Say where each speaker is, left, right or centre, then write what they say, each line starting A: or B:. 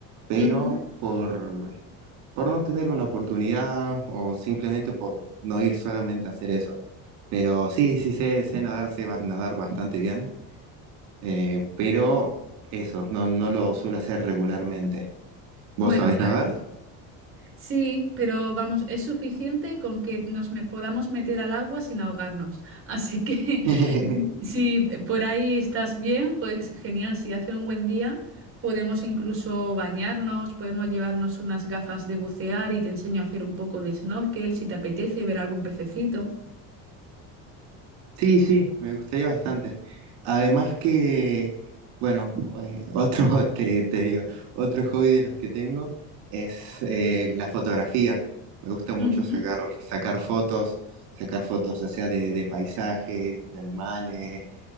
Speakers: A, on the right (about 75°); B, on the right (about 35°).
A: pero
B: Ujú.
A: por, por no tener una oportunidad o simplemente por no ir solamente a hacer eso. Pero sí, sí sé, sé nadar, sé ba- nadar bastante bien. Eh, pero eso, no, no lo suelo hacer regularmente.
B: Bueno,
A: ¿Vos sabés nadar?
B: Sí, pero vamos, es suficiente con que nos me podamos meter al agua sin ahogarnos. Así que
A: <laughs>
B: <laughs> si por ahí estás bien, pues genial. Si hace un buen día, podemos incluso bañarnos, podemos llevarnos unas gafas de bucear y te enseño a hacer un poco de snorkel si te apetece ver algún pececito.
A: Sí, sí, me gustaría bastante. Además que, bueno, eh, otro, <laughs> te, te digo, otro hobby de los que tengo es eh, la fotografía. Me gusta mucho
B: Ujú.
A: sacar, sacar fotos, sacar fotos ya sea de, de paisajes, de animales,